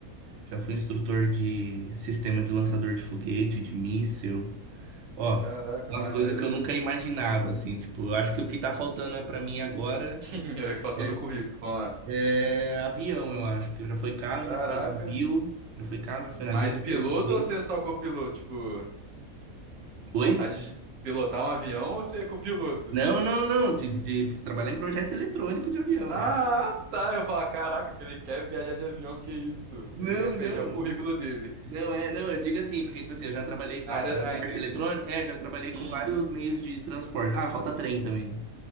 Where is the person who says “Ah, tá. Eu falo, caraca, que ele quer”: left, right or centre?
Right